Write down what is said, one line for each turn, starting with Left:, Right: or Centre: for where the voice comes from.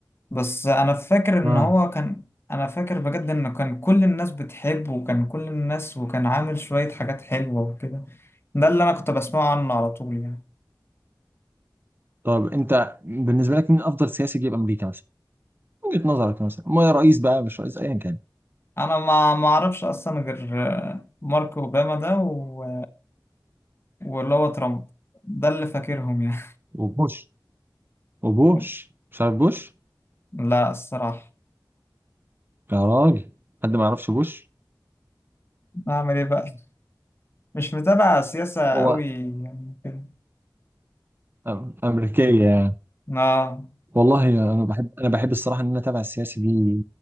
Left: بس انا فاكر
Right: اه
Left: ان هو كان انا فاكر بجد انه كان كل الناس بتحبه وكان كل الناس وكان عامل شوية حاجات حلوة وكده ده اللي انا كنت بسمعه عنه على طول يعني
Right: طب انت بالنسبة لك مين افضل سياسي جه في امريكا مثلا؟ وجهة نظرك مثلا ما رئيس بقى مش رئيس ايا كان
Left: انا ما ما اعرفش اصلا غير آه، مارك اوباما ده و... واللي هو ترامب ده اللي فاكرهم يعني
Right: وبوش وبوش
Left: <laughs>
Right: مش عارف بوش
Left: لا الصراحة
Right: يا راجل حد ما يعرفش بوش
Left: اعمل ايه بقى مش متابع سياسة
Right: هو
Left: قوي يعني كده
Right: أم- امريكيه يعني
Left: اه
Right: والله انا بحب انا بحب الصراحه ان انا اتابع السياسه دي